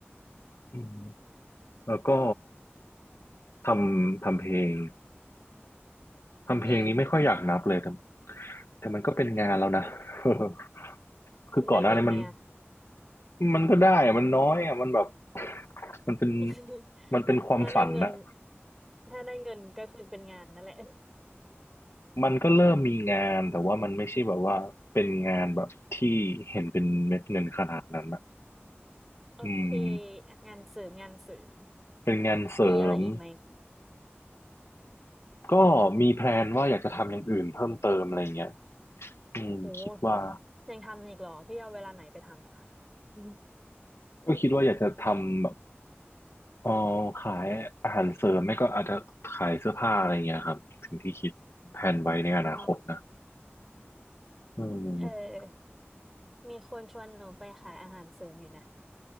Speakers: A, on the left; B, in the centre.
A: อืมแล้วก็ทำทำเพลง ทำเพลงนี้ไม่ค่อยอยากนับเลยแต่
B: อืม
A: แต่มันก็เป็นงานแล้วนะ <laughs> คือก่อนหน้านี้มัน
B: ได้เงินไหมอะ
A: มันก็ได้อะมันน้อยอะมันแบบ <laughs> มันเป็น
B: <laughs>
A: มันเป็นความฝันนะ
B: ถ้าได้เงินถ้าได้เงินก็คือเป็นงานนั่นแหละ <laughs>
A: มันก็เริ่มมีงานแต่ว่ามันไม่ใช่แบบว่าเป็นงานแบบที่เห็นเป็นเม็ดเงินขนาดนั้นนะ
B: โอเค
A: อืม
B: อ่ะงานเสริมงานเสริม
A: เป็นงานเสริม
B: มีอะไรอีกไหม
A: ก็มีแพลนว่าอยากจะทำอย่างอื่นเพิ่มเติมอะไรเงี้ยอืมคิดว่า
B: โหยังทำอีกเหรอพี่เอาเวลาไหนไปทำอ่ะอม
A: ก็คิดว่าอยากจะทำแบบ อ๋อขายอาหารเสริมไม่ก็อาจจะขายเสื้อผ้าอะไรเงี้ยครับถึงที่คิดแผนไว้ในอนาคตนะ
B: อ๋อ
A: อืม
B: เออมีคนชวนหนูไปขายอาหารเสริมอยู่นะ